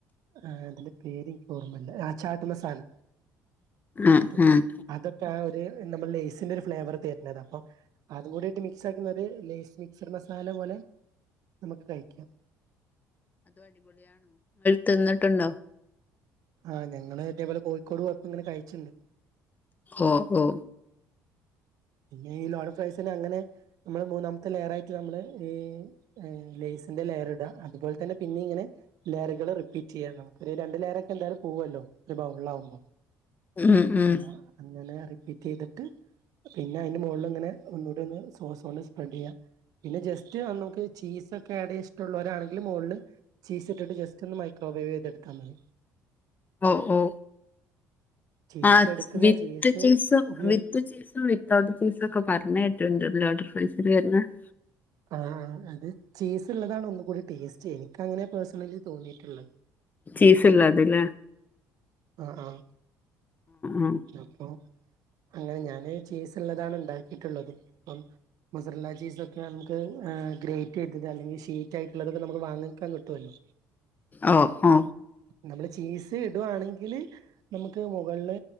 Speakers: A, on the right; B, on the left.
A: ആ അതിന്റെ പേരിക്കോർമല്ല. ആ ചാറ്റ് മസാല!
B: ആഹ്
A: അത്
B: ആഹ്
A: അതൊക്കെ ആ ഒര് അ് നമ്മൾ ലെയ്‌സിന്റൊരു ഫ്ലേവർ തര്‌ന്നതാ അപ്പോ അതും കൂടിട്ട് മിക്സാക്കുന്നത് ലെയ്സ് മിക്സഡ് മസാല പോലെ നമുക്ക് കഴിക്കാം.
B: തിന്ന്ട്ടുണ്ടോ.
A: ആഹ് ഞങ്ങള് ഇതേപോലെ കോഴിക്കോട് പോയപ്പോ ഇങ്ങനെ കഴിച്ചിണ്ട്.
B: ഓഹ് ഓഹ്
A: പിന്നെ ഈ ലോഡഡ് ഫ്രൈസിന് അങ്ങനെ നമ്മള് മൂന്നാമത്തെ ലെയറായിട്ട് നമ്മള് ഈ ഏഹ് ലെയ്സ് സ്ന്റെ ലെയറ്‌ട. അത് പോൽ തന്നെ പിന്നെയ് ഇങ്ങനെ ലെയറുകള് റിപ്പീറ്റെയ്യാ. നമുക്കൊര് രണ്ട് ലെയറൊക്കെന്തായാലു പോവ്വല്ലോ. ഇവിടെ ഉള്ളതാകുമ്പോൾ
B: ഉം ഉം
A: ആ അങ്ങനെ റിപ്പീറ്റ് ചെയ്തിട്ട് പിന്നെ അതിന്റെ മുകളിൽ അങ്ങനെ ഒന്നുകൂടൊന്ന് സോസ് കൊണ്ട് സ്പ്രെഡ് ചെയ്യാം പിന്നെ ജസ്റ്റ് നമുക്ക് ചീസൊക്കെ ടെ ഇഷ്ടമുള്ളവരാണെങ്കിൽ മുകളില് ചീസ് ഇട്ടിട്ട് ജസ്റ്റ് ഒന്ന് മൈക്രോവേവ് ചെയ്തെടുത്താൽ മതി
B: ഓ ഓ
A: ചീസ്
B: ആ
A: എടുക്കുന്ന
B: വിത്ത്
A: ചീസ്
B: ചീസോ
A: ഉപയോഗിക്കും
B: വിത്ത് ചീസോ വി ചീസൊക്കെ പറഞ്ഞ് കേട്ടിട്ടുണ്ട് <unintelligible>
A: ആ ആ അത് ചീസ് ഉള്ളതാണ് ഒന്ന് കൂടി ടേസ്റ്റ് എനിക്ക് അങ്ങനെയാ പേഴ്സണലി തോന്നിയിട്ടുള്ളത്
B: ചീസ്ള്ളത് ല്ലേ?
A: ആഹ് ആഹ്
B: ഓ
A: അപ്പൊ അങ്ങനെ ഞാന് ചീസ് ഉള്ളതാണ് ഉണ്ടാക്കിയിട്ടുള്ളത് ഇപ്പം മധുരമുള്ള ചീസ് നമുക്ക് ഗ്രേറ്റ് ചെയ്തത് അല്ലെങ്കിൽ ഷീറ്റ് ആയിട്ടുള്ളതൊക്കെ നമുക്ക് വാങ്ങിക്കാൻ കിട്ടുവല്ലോ
B: ഓ ഓ
A: നമ്മള് ചീസ് ഡുആണെക് ങ്കില് നമുക്ക് മുകളില്